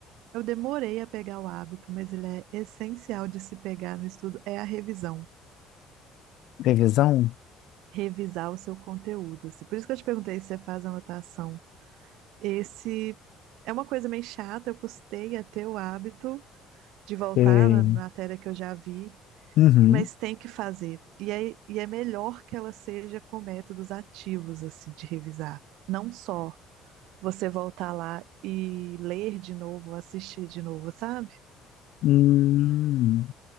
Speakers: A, on the right (about 75°); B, on the left (about 55°).
A: Eu demorei a pegar o hábito, mas ele é essencial de se pegar no estudo, é a revisão.
B: revisão.
A: Revisar o seu conteúdo. assim. Por isso que eu te perguntei se você faz anotação. Esse é uma coisa meio chata, eu custei a ter o hábito de voltar
B: É,
A: na matéria que eu já vi,
B: uhum.
A: mas tem que fazer. E é, e é melhor que ela seja com métodos ativos, assim, de revisar. Não só você voltar lá e ler de novo, assistir de novo, sabe?
B: Hum.